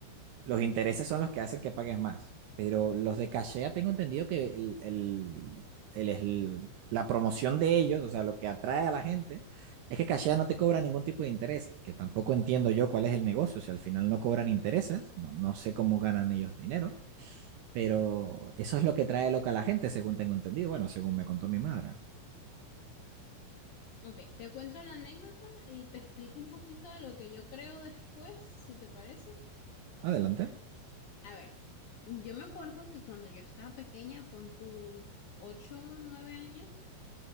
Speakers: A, on the right; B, on the left.
A: los intereses son los que hacen que pagues más. Pero los de cachea tengo entendido que el, el- el- el- la promoción de ellos, o sea, lo que atrae a la gente, es que cachea no te cobra ningún tipo de interés, que tampoco entiendo yo cuál es el negocio, si al final no cobran intereses, no, no sé cómo ganan ellos dinero, pero eso es lo que trae loca a la gente, según tengo entendido, bueno, según me contó mi madre.
B: Ok, te cuento la anécdota y te explico un poquito de lo que yo creo después, si te parece.
A: Adelante.
B: A ver, yo me acuerdo que cuando yo estaba pequeña, pon tus 8, 9 años,